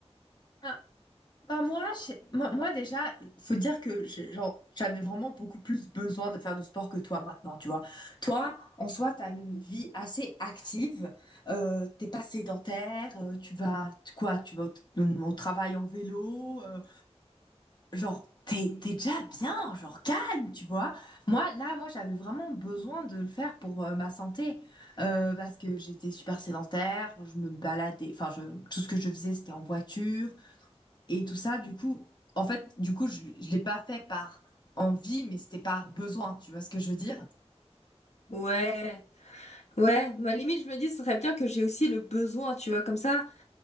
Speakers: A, on the left; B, on the left.
A: Hein. Bah moi, je- moi, moi déjà, il faut dire que j'ai- genre, j'avais vraiment beaucoup plus besoin de faire du sport que toi maintenant, tu vois. Toi, en soi, tu as une vie assez active, euh, t'es pas sédentaire, euh, tu vas, tu- quoi, tu vas au, au travail en vélo, euh, genre, t'es, t'es déjà bien, genre, calme, tu vois. Moi, là, moi, j'avais vraiment besoin de le faire pour euh, ma santé, euh, parce que j'étais super sédentaire, je me baladais, enfin, je, tout ce que je faisais, c'était en voiture. Et tout ça, du coup, en fait, du coup, je, je l'ai pas fait par envie, mais c'était par besoin. Tu vois ce que je veux dire?
B: Ouais, ouais, ma limite, je me dis, ce serait bien que j'ai aussi le besoin, tu vois, comme ça,